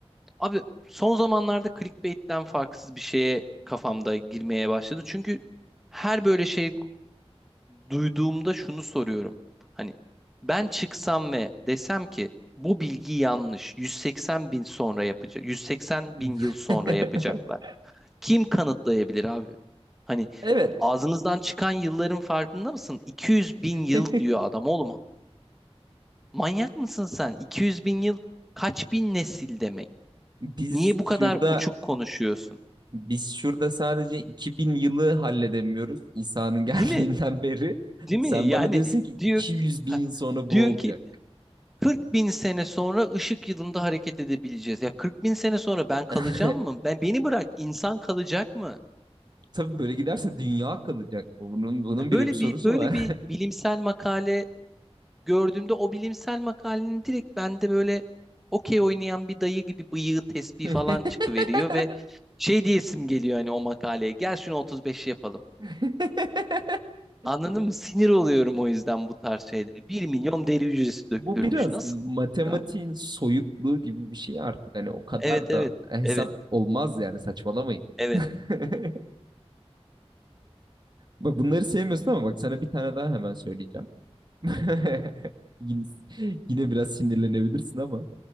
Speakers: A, in the centre; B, on the right.
A: Abi son zamanlarda clickbait'ten farksız bir şeye kafamda girmeye başladı. Çünkü her böyle şey duyduğumda şunu soruyorum. Hani ben çıksam ve desem ki bu bilgi yanlış. 180 bin sonra yapacak. 180
B: <laughs>
A: bin yıl sonra yapacaklar. Kim kanıtlayabilir abi? Hani
B: Evet.
A: ağzınızdan çıkan yılların farkında mısın? 200 bin yıl
B: <laughs>
A: diyor adam oğlum. Manyak mısın sen? 200 bin yıl kaç bin nesil demek?
B: Biz
A: Niye bu
B: şurada
A: kadar uçuk konuşuyorsun?
B: biz şurada sadece 2000 yılı halledemiyoruz İsa'nın <laughs> geldiğinden
A: Değil mi?
B: beri.
A: Değil
B: Sen
A: mi? Yani
B: bana diyorsun ki
A: diyor
B: 200
A: Ha,
B: bin yıl sonra
A: diyor
B: bu olacak.
A: ki 40 bin sene sonra ışık yılında hareket edebileceğiz. Ya 40 bin sene sonra ben kalacağım
B: <laughs>
A: mı? Ben beni bırak insan kalacak mı?
B: Tabii böyle giderse dünya kalacak. Bunun bunun
A: Ya
B: bile
A: böyle
B: bir sorusu
A: bir böyle
B: var.
A: bir bilimsel makale gördüğümde o bilimsel makalenin direkt bende böyle okey oynayan bir dayı gibi bıyığı tesbih
B: <laughs>
A: falan çıkıveriyor ve şey diyesim geliyor hani o makaleye. Gel şunu 35 yapalım.
B: <laughs>
A: Anladın mı? Sinir oluyorum o yüzden bu tarz şeylere. Bir milyon deri hücresi dökülürmüş.
B: Bu biraz
A: Nasıl?
B: matematiğin
A: Abi.
B: soyutluğu gibi bir şey artık. Hani o kadar
A: Evet
B: da
A: evet.
B: hesap
A: Evet.
B: olmaz yani saçmalamayın.
A: Evet.
B: <laughs> Bak bunları sevmiyorsun ama bak sana bir tane daha hemen söyleyeceğim. <laughs> Yine, yine biraz sinirlenebilirsin ama